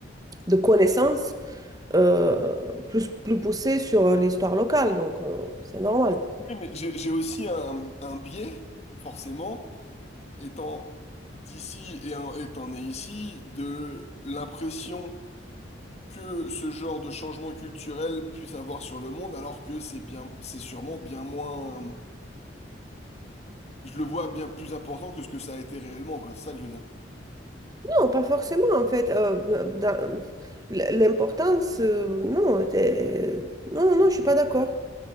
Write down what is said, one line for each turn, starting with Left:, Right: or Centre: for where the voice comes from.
Right: de connaissances euh, plus, plus poussées sur l'histoire locale. Donc, euh, c'est normal.
Left: Oui, mais j'ai j'ai aussi un, un biais, forcément, étant d'ici et en- étant né ici, de l'impression que ce genre de changement culturel puisse avoir sur le monde, alors que c'est bien, c'est sûrement bien moins, je le vois bien plus important que ce que ça a été réellement, quoi. C'est ça que je veux dire.
Right: Non, pas forcément, en fait. euh, dans- l'importance, euh, non, t'es- non, non, non, je suis pas d'accord.